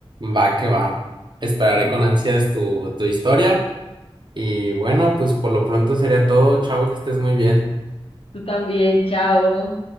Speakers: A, on the right (about 50°); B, on the left (about 70°).
A: Va que va. Esperaré con ansias tu, tu historia. Y bueno, pues por lo pronto sería todo. Chao, que estés muy bien.
B: Tú también, chao.